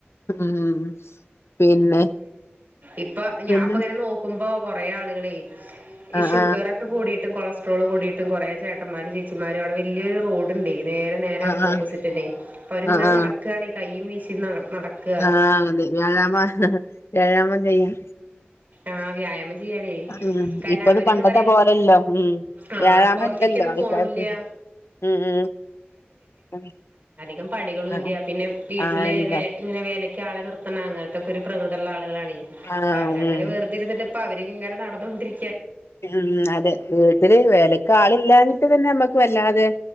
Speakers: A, on the left (about 85°); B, on the right (about 45°).
A: ഉം പിന്നെ
B: ഇപ്പ
A: പിന്നെ
B: ഞാപ്പങ്ങനെ നോക്കുമ്പോ കൊറേ ആളുകളെ ഈ
A: ആഹ്
B: ഷുഗറൊക്കെ കൂടിയിട്ട് കൊളസ് ട്രോൾ കൂടിയിട്ടും കൊറേ ചേട്ടന്മാരും ചേച്ചിമാരും അവടെ വല്ല്യോരു റോഡുണ്ടേ നേരെ നേരെ
A: ആഹ് ആഹ് ആഹ്
B: ഓപ്പോസിറ്റ് തന്നെ അപ്പ അവരിങ്ങനെ
A: ആഹ് ആഹ്
B: നടക്കാണെ കൈയും വീശി നന നട നടക്കുക
A: ആഹ് അതെ വ്യാഴാമ വ്യാഴാമം ചെയ്യാം.
B: ആഹ് വ്യായാമം ചെയ്യാണേ
A: ഉം
B: കാരണം
A: ഇപ്പൊത്
B: അവര്ന്ന്
A: പണ്ടത്തെ
B: പറയുമ്പം
A: പോലല്ലോ ഉം
B: ആഹ്
A: വ്യായഴാമം
B: പൊറത്തേക്കൊന്നും
A: ഇല്ലല്ലോ ആൾക്കാർക്ക്.
B: പോണൂല്ല
A: ഉം ഉം
B: രം പണികളു
A: ആഹ്
B: ഇല്ല പിന്നെ വീട്ടില്
A: ആഹ് ഇല്ല
B: വെ ഇങ്ങനെ വേലയ്ക്ക് ആളെ നിർത്ണ അങ്ങൻത്തെക്കെ ഒരു പ്രകൃതി ഉള്ള ആളുകളാണ്. ണെ
A: ആഹ്
B: പ്പ അവരങ്ങനെ
A: ഉം
B: വെറുതിരുന്നി്ട്ട് ഇപ്പ അവരിങ്ങനെ നടന്നൊണ്ടിരി
A: ഉം അതെ വീട്ടില് വേലക്കാള്ല്ലാഞ്ഞിട്ട് തന്നെ നമ്മക്ക് വല്ലാതെ